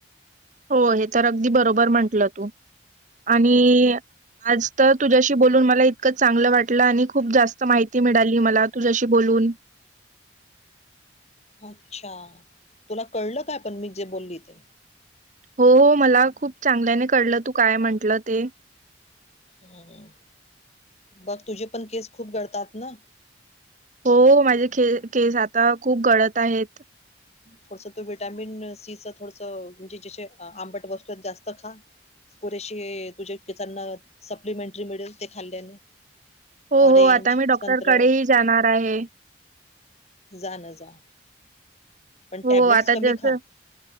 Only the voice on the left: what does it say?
अच्छा! तुला कळलं काय पण मी जे बोलली ते?
हम्म, बघ तुझे पण केस खूप गळतात ना?
थोडस तू विटॅमिन सीच थोडस म्हणजे जे जे आंबट वस्तू आहेत जास्त खा. पुरेशी तुझ्या केसांना सप्लिमेंटरी मिडेल ते खाल्ल्याने.
ऑरेंज
संत्र
जा न जा. पण
टॅब्लेट्स
कमी
खा